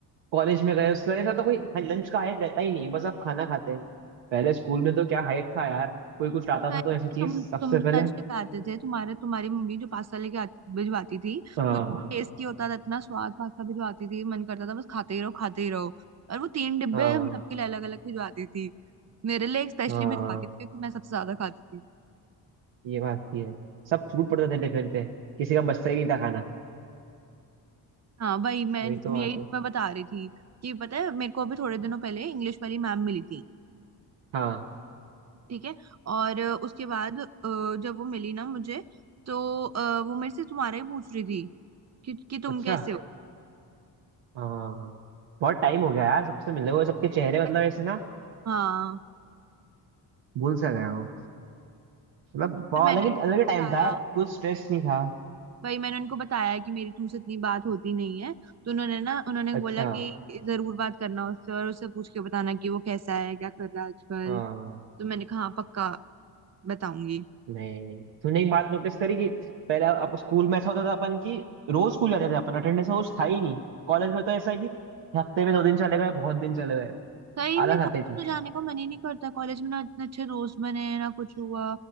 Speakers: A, on the right; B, on the right.
A: कॉलेज में गए उसके बाद ऐसा तो कोई लंच का हाइप रहता ही नहीं है बस आप खाना खाते हैं पहले स्कूल में तो क्या हाइप था यार कोई कुछ लाता
B: पहले
A: था तो ऐसी चीज
B: तुम
A: सबसे
B: तुम लंच
A: पहले
B: लेके आते थे तुम्हारे तुम्हारी मम्मी जो पास्ता लेके आती- भिजवाती थी
A: हाँ
B: वो टेस्टी होता था इतना स्वाद पास्ता भिजवाती थी मन करता था बस खाते ही रहो खाते ही रहो और वो तीन डिब्बे
A: हाँ
B: हम सबके लिए अलग अलग भिजवाती थी मेरे लिए स्पेशली
A: हाँ
B: भिजवाती थी क्योंकि मैं सबसे ज्यादा खाती थी
A: ये बात भी है सब छूट पड़ते थे टिफिन पे किसी का बचता ही नहीं था खाना
B: हाँ वही मैं
A: वही तो
B: मैं
A: बात
B: यही
A: है
B: मैं बता रही थी कि पता है मेरे को अभी थोड़े दिनों पहले इंग्लिश वाली मैम मिली थी
A: हाँ
B: ठीक है और अ, उसके बाद अ, जब वो मिली ना मुझे तो अ, वो मेरे से तुम्हारा ही पूछ रही थी कि, कि तुम
A: अच्छा
B: कैसे हो
A: हाँ बहुत टाइम हो गया यार सबसे मिले हुए सबके चेहरे
B: पर
A: मतलब
B: मैं-
A: ऐसे ना
B: हाँ
A: भूल सा गया हूँ मतलब बहुत
B: पर मैंने
A: अलग ही
B: उनको
A: अलग ही टाइम
B: बताया
A: था यार कुछ स्ट्रेस नहीं था
B: भाई मैंने उनको बताया कि मेरी तुमसे इतनी बात होती नहीं है तो उन्होंने ना उन्होंने
A: अच्छा
B: बोला कि जरूर बात करना उससे और उससे पूछ के बताना कि वो कैसा है क्या कर रहा है आजकल
A: हाँ
B: तो मैंने कहा हाँ पक्का बताऊंगी
A: नहीं तूने एक बात नोटिस करी कि पहले अब स्कूल में ऐसा होता था अपन की रोज स्कूल जाते थे अपन अटेंडेंस रोज था ही नहीं कॉलेज में तो ऐसा है कि हफ्ते में दो दिन चले गए बहुत दिन चले गए
B: सही में
A: आलस
B: कॉलेज
A: आती थी
B: तो जाने का मन ही नहीं करता कॉलेज में ना इतने अच्छे दोस्त बने हैं ना कुछ हुआ